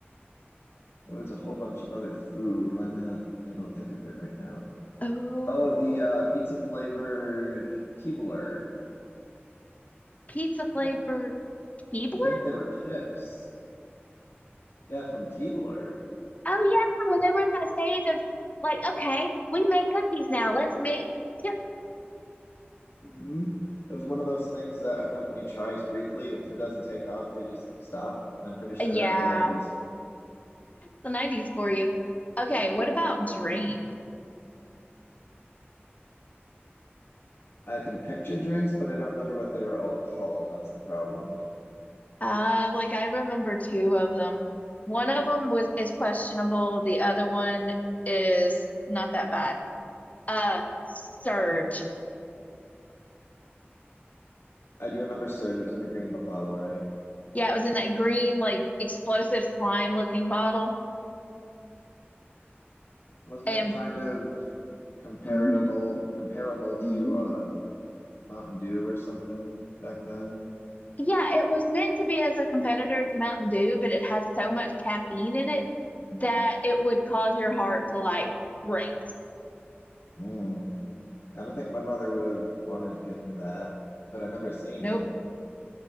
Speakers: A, on the left (about 65°); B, on the left (about 35°).
A: there was a whole bunch of other food. Why am I not able to think of it right now?
B: Oh,
A: Oh, the uh pizza flavored Keebler.
B: pizza flavored
A: chi-
B: Keebler?
A: I think they were chips. Yeah, from Keebler.
B: Oh yeah, when they were in that stage of like, okay, we make cookies now. Let's make chip.
A: hmm It was one of those things that a company tries briefly, and if it doesn't take off, they just stop. And I'm pretty sure
B: Yeah,
A: that was 90s.
B: the 90s for you. Okay, what about drink?
A: I can picture drinks, but I don't remember what they were all called. That's the problem.
B: Uh, like I remember two of them. One of them was is questionable. The other one is not that bad. Uh, Surge.
A: I do remember Surge. It was in a green bottle, right?
B: Yeah, it was in that green, like explosive slime looking bottle.
A: Wasn't
B: And
A: it kind of comparable
B: hmm
A: comparable
B: hmm
A: to uh, Mountain Dew or something back then?
B: Yeah, it was meant to be as a competitor to Mountain Dew, but it had so much caffeine in it that it would cause your heart to like race.
A: Mm. I don't think my mother would have wanted to give me that, but I remember seeing
B: Nope.
A: it.